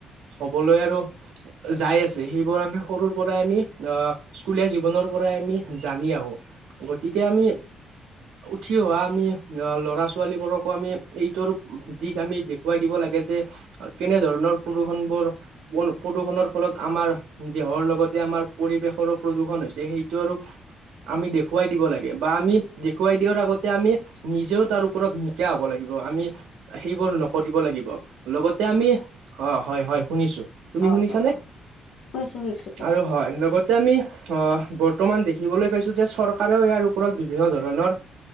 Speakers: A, on the right; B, on the left.
A: হ'বলৈ আৰু যাই আছে সেইবোৰ আমি সৰুৰ পৰাই আমি আহ স্কুলীয়া জীৱনৰ পৰাই আমি জানি আহো গতিকে আমি উঠি অহা আমি অ ল'ৰা ছোৱালীবোৰকো আমি এইটোৰ দিশ আমি দেখুৱাই দিব লাগে যে কেনেধৰণৰ প্ৰদূৰষণ বোৰ প্ৰদূষণৰ ফলত আমাৰ দেহৰ লগতে আমাৰ পৰিৱেশৰো প্ৰদূষন হৈছে সেইটো আৰু আমি দেখুৱাই দিব লাগে বা আমি দেখুৱাই দিয়াৰ আগতে আমি নিজেও তাৰ ওপৰত নিকা হব লাগিব আমি সেইবোৰ নকৰিব লাগিব লগতে আমি অ হয় হয় শুনিছো তুমি
B: অ
A: শুনিছানে
B: কোৱা কোৱা শুনিছো শুনিছো কোৱা
A: আৰু হয় লগতে আমি অ বৰ্তমান দেখিবলৈ পাইছো যে চৰকাৰেও ইয়াৰ ওপৰত বিভিন্ন ধৰণৰ